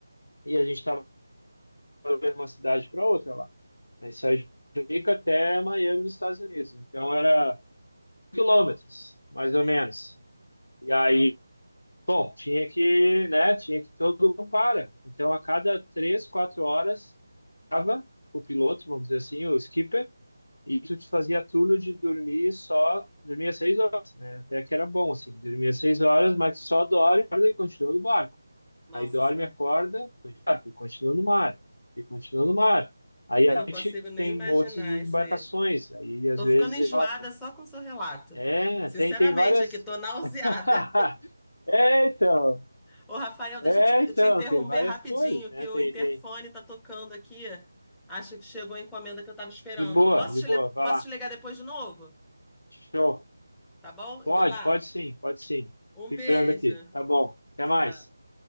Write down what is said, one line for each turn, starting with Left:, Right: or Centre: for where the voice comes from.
Left: e a gente estava de uma cidade para outra lá. Aí saía de Rica até Miami, nos Estados Unidos. Então era quilômetros, mais ou
Centre: Entendi.
Left: menos. E aí, bom, tinha que, né, tinha que todo mundo para. Então a cada três, quatro horas, tava o piloto, vamos dizer assim, o skipper, e tu te fazia turno de dormir só, dormia seis horas, né? até que era bom, assim, dormia seis horas, mas só dorme e continua no barco.
Centre: Nossa
Left: Aí dorme,
Centre: Senhora,
Left: acorda, ah, e continua no mar, e continua no mar. Aí
Centre: eu
Left: a
Centre: não
Left: gente
Centre: consigo nem
Left: tem
Centre: imaginar
Left: outras embarcações,
Centre: isso aí.
Left: aí às
Centre: Tô
Left: vezes
Centre: ficando enjoada
Left: é rota.
Centre: só com o seu relato.
Left: É,
Centre: Sinceramente,
Left: tem, tem várias.
Centre: aqui tô nauseada.
Left: <laughs> É, então,
Centre: Ô, Rafael, deixa
Left: é,
Centre: eu te, eu
Left: então,
Centre: te interromper
Left: tem várias
Centre: rapidinho,
Left: coisas, né?
Centre: que o
Left: Tem,
Centre: interfone
Left: tem.
Centre: tá tocando aqui. Acho que chegou a encomenda que eu tava esperando.
Left: De boa,
Centre: Posso
Left: de
Centre: te,
Left: boa,
Centre: le-
Left: vai
Centre: posso
Left: lá.
Centre: te ligar depois de novo?
Left: Show.
Centre: Tá bom?
Left: Pode,
Centre: Eu vou lá.
Left: pode sim, pode sim.
Centre: Um
Left: Ficando
Centre: beijo.
Left: aqui. Tá bom. Até
Centre: Tchau.
Left: mais.